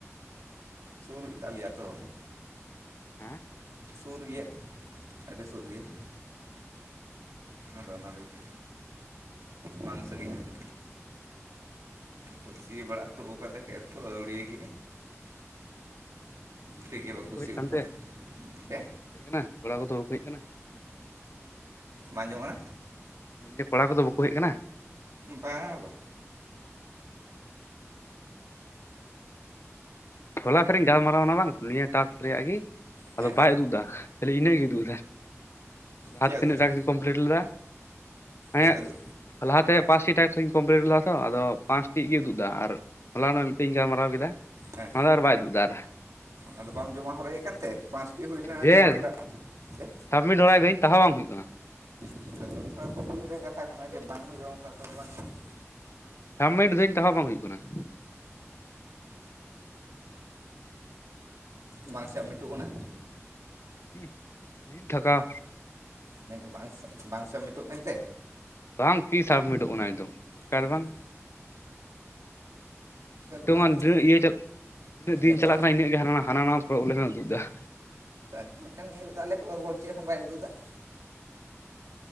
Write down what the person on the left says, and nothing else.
ᱦᱮᱸ
ᱵᱟᱠᱚ
ᱦᱮᱡ ᱟᱠᱟᱱ
ᱛᱮ
ᱱᱟᱦ ᱠᱚᱲᱟ ᱠᱚᱫᱚ ᱵᱟᱠᱚ ᱦᱮᱡ ᱟᱠᱟᱱᱟ᱾
ᱢᱮᱱᱫᱟᱮ ᱠᱚᱲᱟ ᱠᱚᱫᱚ ᱵᱟᱠᱚ ᱦᱮᱡ ᱟᱠᱟᱱᱟ᱾
ᱦᱚᱞᱟ ᱯᱷᱮᱨᱤᱧ ᱜᱟᱞᱢᱟᱨᱟᱣ ᱮᱱᱟ ᱵᱟᱝ ᱱᱤᱭᱟᱹ ᱴᱟᱠᱥ ᱨᱮᱭᱟᱜ ᱜᱮ ᱟᱫᱚ
ᱵᱟᱭ ᱩᱫᱩᱜ ᱮᱫᱟ ᱠᱷᱟᱹᱞᱤ ᱤᱱᱟᱹᱜᱮ ᱩᱫᱩᱜ ᱮᱫᱟ᱾ ᱟᱨ
ᱛᱤᱱᱟᱹᱜ
ᱴᱟᱥᱠᱥᱤᱧ ᱠᱚᱢᱯᱞᱤᱴ ᱞᱮᱫᱟ᱾ ᱦᱮᱸ
ᱞᱟᱦᱟᱛᱮ ᱯᱟᱸᱪᱴᱤ ᱴᱟᱥᱠ ᱤᱧ ᱠᱚᱢᱯᱤᱞᱤᱴ ᱞᱮᱫᱟ ᱛᱚ ᱟᱫᱚ ᱯᱟᱸᱪᱴᱤ ᱜᱮ ᱩᱫᱩᱜ ᱮᱫᱟ ᱟᱨ ᱦᱚᱞᱟ ᱱᱚᱜ ᱢᱤᱫᱴᱮᱡ ᱤᱧ ᱜᱟᱞᱢᱟᱨᱟᱣ ᱠᱮᱫᱟ
ᱚᱱᱟ ᱫᱚ ᱟᱨ ᱵᱟᱭ ᱩᱫᱩᱜ ᱮᱫᱟ ᱟᱨ
ᱡᱮ
ᱥᱟᱵᱢᱤᱴ ᱦᱚᱨᱟᱭᱮᱫᱟᱹᱧ ᱛᱟᱦᱟᱣ ᱵᱟᱝ ᱦᱩᱭᱩᱜ ᱠᱟᱱᱟ?
ᱥᱟᱵᱢᱤᱴ ᱫᱟᱹᱧ ᱛᱟᱣ ᱦᱚᱸ ᱵᱟᱝ ᱦᱩᱭᱩᱜ ᱠᱟᱱᱟ ᱾
ᱩᱸᱜ ᱨᱤᱞ ᱴᱷᱟᱠᱟᱣ
ᱵᱟᱝ ᱠᱤ ᱥᱟᱵᱢᱤᱴᱚᱜ ᱠᱟᱱᱟ ᱮᱠᱫᱚᱢ, ᱠᱟᱨ
ᱵᱟᱝ ᱾ ᱱᱤᱛᱚᱝ
ᱦᱟ
ᱰᱨᱟᱹ ᱤᱭᱟᱹ ᱪᱟᱞᱟᱜ ᱛᱤᱱᱟᱹᱜ ᱫᱤᱱ
ᱪᱟᱞᱟᱜ ᱠᱟᱱᱟ ᱤᱱᱟᱹᱜ ᱜᱮ ᱦᱟᱱᱟᱱᱟ ᱦᱟᱱᱟ ᱱᱟᱣᱟ ᱯᱨᱚᱵᱽᱞᱮᱢᱮᱢ ᱮ ᱩᱫᱩᱜ ᱫᱟ ᱾